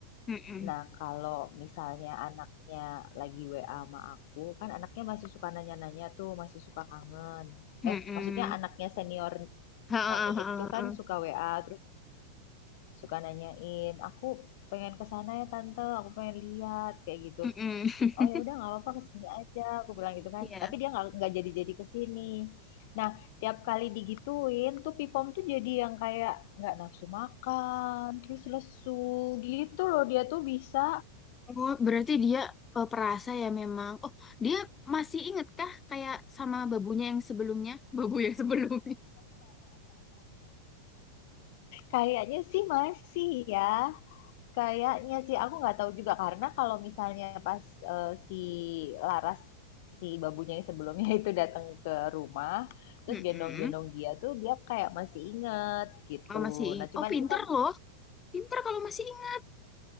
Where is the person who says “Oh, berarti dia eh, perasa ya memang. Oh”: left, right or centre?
Left